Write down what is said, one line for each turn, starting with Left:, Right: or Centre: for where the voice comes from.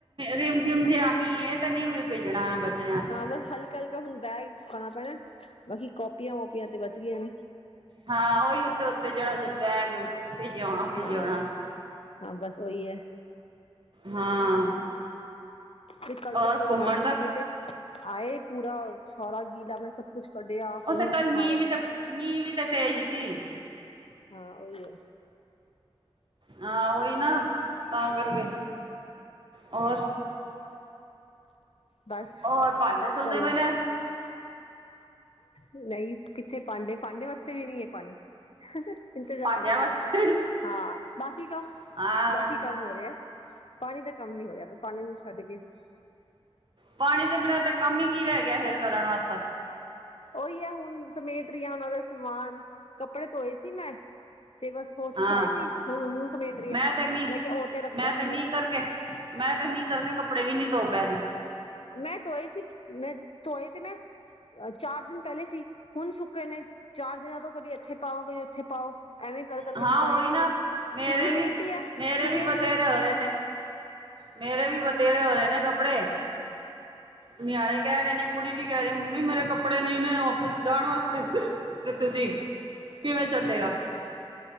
Right: ਰਮ ਜਮ ਜੇਯਾ ਮੀਹ ਇਹ ਤੇ ਨਹੀਂ ਭੇਜਣਾ ਬੱਚਿਆਂ ਨੂੰ।
Left: ਹਾਂ ਬਸ, ਹਲਕਾ- ਹਲਕਾ ਹੁਣ ਬੈਗ ਸੁਕਾਉਣਾ ਪੈਣਾ, ਬਾਕੀ ਕਾਪੀਆਂ- ਵੋਪੀਆਂ ਤੇ ਬਚ ਗਈਆਂ ਨੇ।
Right: ਹਾਂ, ਉਹੀ ਉੱਤੇ- ਉੱਤੇ ਜਿਹੜਾ ਬੈਗ ਭੇਜਿਆ ਹੋਣਾ ਭੇਜਿਆ
Left: ਹਾਂ,
Right: ਹੋਣਾ
Left: ਹਾਂ, ਬਸ ਉਹੀ ਹੈ।
Right: ਹਾਂ।
Left: ਤੇ ਕੱਲ ਤੇ
Right: ਔਰ
Left: ਬੁਰਾ
Right: ਘੁੰਮਣ
Left: ਹਾਲ
Right: ਦਾ
Left: ਸੀ, ਕੱਲ ਤੇ ਆਏ ਪੂਰਾ, ਸਾਰਾ ਗੀਲਾ, ਮੈਂ ਸਭ ਕੁਛ ਕੱਢਿਆ ਫਿਰ
Right: ਉਹ ਤੇੇ,
Left: ਮੈਂ
Right: ਕੱਲ
Left: ਸੁਖਾਇਆ
Right: ਮੀਂਹ ਵੀ ਤੇ ਮੀਂਹ ਵੀ ਤੇ ਤੇਜ ਸੀ।
Left: ਹਾਂ, ਉਹੀ ਹੈ।
Right: ਹਾਂ, ਉਓਹੀ ਨਾ, ਤਾਂ ਕਰਕੇ ਹੋਰ
Left: ਬਸ
Right: ਹੋਰ ਭਾਂਡੇ ਧੁਲਦੇ
Left: ਚੱਲ।
Right: ਪਏ ਨੇ
Left: ਨਹੀਂ ਕਿੱਥੇ ਪਾਂਡੇ- ਪਾਂਡੇ ਵਾਸਤੇ ਵੀ ਨਹੀਂ ਹੈ ਪਾਣੀ। ਇੰਤਜ਼ਾਰ
Right: ਭਾਂਡਿਆਂ
Left: ਹੋ
Right: ਵਾਸਤੇ
Left: ਰਿਹਾ। ਹਾਂ, ਬਾਕੀ ਕੰਮ
Right: ਹਾਂ
Left: ਬਾਕੀ, ਕੰਮ ਹੋ ਰਿਹਾ। ਪਾਣੀ ਦਾ ਕੰਮ ਨੀ ਹੋ ਰਿਹਾ। ਪਾਣੀ ਨੂੰ ਛੱਡ ਕੇ
Right: ਪਾਣੀ ਦੇ ਬਿਨਾਂ ਤੇ ਕੰਮ ਹੀ ਕੀ ਰਹਿ ਗਿਆ ਫਿਰ ਕਰਨ ਵਾਸਤੇ।
Left: ਉਹੀ ਹੈ ਹੁਣ ਸਮੇਟ ਰਹੀਆਂ ਉਹਨਾਂ ਦਾ ਸਮਾਨ। ਕੱਪੜੇ ਧੋਏ ਸੀ ਮੈਂ ਤੇ ਬਸ, ਉਹ ਸੁਖਾਏ
Right: ਹਾਂ
Left: ਸੀ ਹੁਣ ਉਹਨ ਸਮੇਟ ਰਹੀਆਂ।
Right: ਮੈਂ ਤੇ ਮੀਂਹ
Left: ਮੈਂ ਕਿਹਾ, ਉਹ ਤੇ ਰੱਖਦਾ
Right: ਮੈਂ
Left: ਅੰਦਰ।
Right: ਮੀਂਹ ਕਰਕੇ ਮੈਂ ਤੇ ਮੀਂਹ ਕਰਕੇ ਕੱਪੜੇ ਵੀ ਨੀ ਧੋ ਪੈ ਰਹੀ।
Left: ਮੈਂ ਧੋਏ ਸੀ, ਮੈਂ ਧੋਏ ਤੇ ਮੈਂ ਚਾਰ ਦਿਨ ਪਹਿਲੇ ਸੀ। ਹੁਣ ਸੁੱਕੇ ਨੇ। ਚਾਰ ਦਿਨਾਂ ਤੋਂ ਕਦੇ ਇੱਥੇ ਪਾਓ, ਕਦੀ ਉੱਥੇ ਪਾਓ, ਐਵੇਂ ਕਰ ਕਰਕੇ
Right: ਹਾਂ
Left: ਸੁਖਾਏ
Right: ਉਹੀ
Left: ਨ
Right: ਨਾ
Left: ਹੁਣ। ਕਿਉਂਕਿ
Right: ਮੇਰੇ
Left: ਹਿਊਮਿਨਿਟੀ
Right: ਵੀ
Left: ਹੈ,
Right: ਮੇਰੇ
Left: ਸੁਖਣੇ
Right: ਵੀ ਬਥੇਰੇ
Left: ਨੀ ਜਲਦੀ।
Right: ਹੋ ਰਹੇ ਨੇ ਮੇਰੇ ਵੀ ਬਥੇਰੇ ਹੋ ਰਹੇ ਨੇ ਕੱਪੜੇ। ਨਿਆਣੇ ਕਹਿ ਰਹੇ ਨੇ, ਕੁੜੀ ਵੀ ਕਹਿ ਰਹੀ ਮੰਮੀ, ਮੇਰੇ ਕੱਪੜੇ ਨਹੀਂ ਨੇ ਆਫਿਸ ਜਾਣ ਵਾਸਤੇ। ਤੇ ਤੁਸੀਂ, ਕਿਵੇਂ ਚੱਲੇਗਾ।